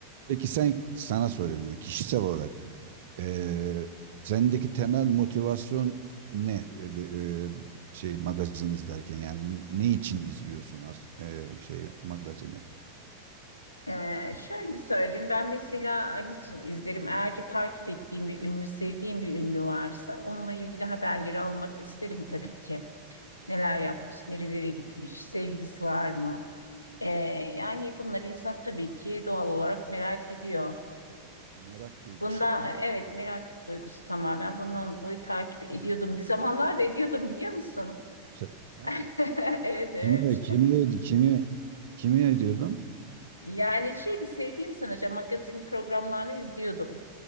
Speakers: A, on the right; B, on the left.
A: peki sen sana soruyorum ya kişisel olarak eee, sendeki temel motivasyon ne E, de- e, şey magazin izlerken yani ne için izliyorsun az e, şey magazini?
B: Ee, şöyle söyleyeyim ben mesela an için izlerim eğer ki takip ettiğim bir ünlü sevdiğim bir ünlü varsa onunla ilgili haberleri almak isterim tabii ki neler yapmış nerelere gitmiş sevgilisi var mı Ee, yani bunları insan tabii ki doğal olarak merak ediyor
A: Merak duygusu
B: bundan
A: yani.
B: e, evet merak duygusu tamamen bundan dolayı takip ediyordum bir zamanlar da ediyordum biliyor musun
A: T- Ha.
B: <laughs> evet evet
A: Kimi, kimi, kimi, kimi ediyordun?
B: <laughs> yani şey sevdiğim sanatçı magazin programlarını izliyordum